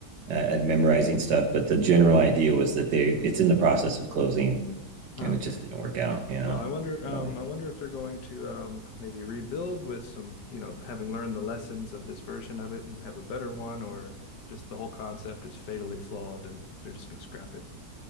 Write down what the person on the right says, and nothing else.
uh, at memorizing stuff, but the general idea was that they it's in the process of closing,
and it just didn't work out. Yeah,
it's a
bummer.